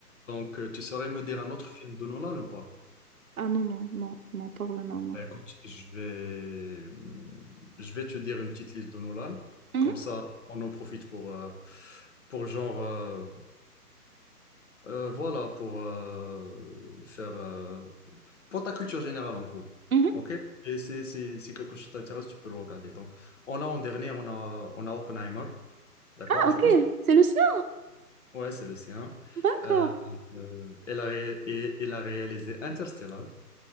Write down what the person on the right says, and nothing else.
Ah non, non, non, non, pas vraiment, non.
Mhm,
mhm.
Ah,
ok,
c'est le sien,
d'accord.